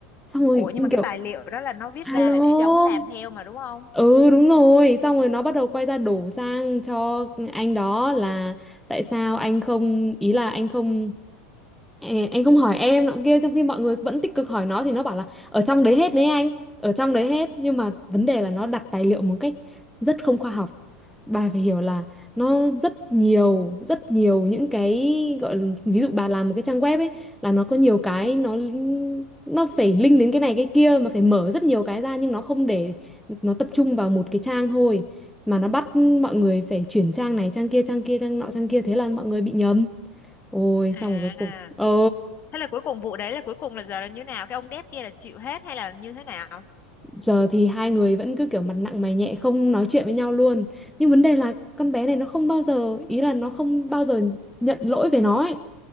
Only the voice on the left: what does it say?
Ủa nhưng
mà cái
tài liệu đó là nó viết
ra là để cho ông ấy làm theo mà đúng không?
À.
Thế là cuối cùng vụ đấy là cuối cùng là giờ là như thế nào? Cái ông đép kia là chịu hết hay là như thế nào?